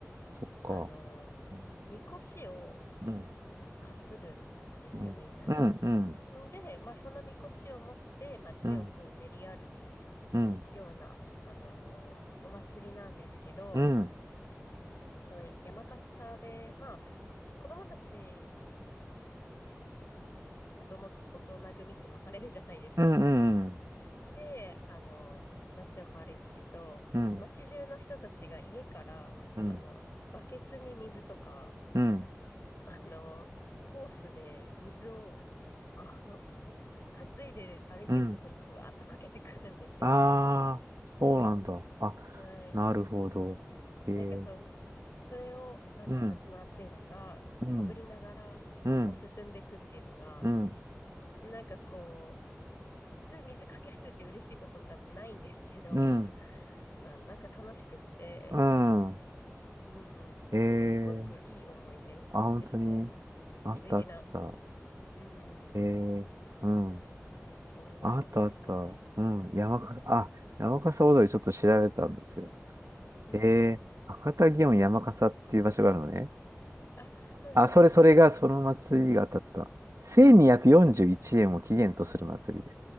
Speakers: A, on the right (about 70°); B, on the left (about 55°).
A: そっか。
B: あの、
A: うん、
B: みこしを
A: うん、
B: 担ぐんですよ、
A: うん、
B: みんなで。
A: うん、
B: んで、まあ、そのみこしを持って街をこう練り歩く
A: うん、うん、うん、
B: ような、あのーお祭りなんですけど、
A: うん、
B: その山笠で、まあ、子供たち、大人組大人組って分かれるじゃないですか。
A: うん、
B: で、あの、街をこう歩いてると、
A: うん、
B: 街中の人たちが家から、
A: うん、
B: あの、バケツに水とか、
A: うん、
B: あの、ホースで水を、こう、担いで歩いてるとこにブワーっとかけてくるんですよね。
A: うん。ああ、そうなんだ。あ、
B: はい。
A: なるほど。えー、
B: なんかそう、それを、なんか夏の暑い中、
A: うん、うん、
B: かぶりながら、
A: うん、
B: こう進んでいくっていうのが、
A: うん、
B: なんかこう、普通水かけられて嬉しいことって多分ないんですけど、
A: うん、
B: あの、なんか楽しくって、
A: うん。
B: うん。
A: えー、
B: すごくいい思い出ですね。
A: あ、本当に、あったあった。
B: 不思議な。うん。
A: えー、うん。
B: そんなのですかね。
A: あったあった。うん。山笠、あ、山笠踊りちょっと調べたんですよ。
B: うん。
A: えー、博多祇園山笠っていう場所があるのね。
B: あ、そうです。
A: あ、
B: それが一番。
A: それそれがその祭りが当たった。1241円を起源とする祭りで。